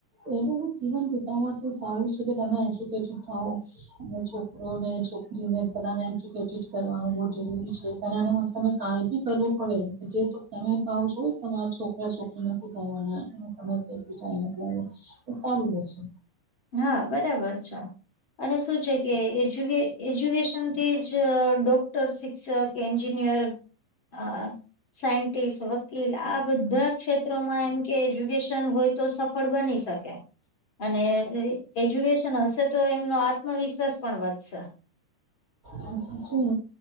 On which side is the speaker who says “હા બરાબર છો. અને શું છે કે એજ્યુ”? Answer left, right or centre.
Left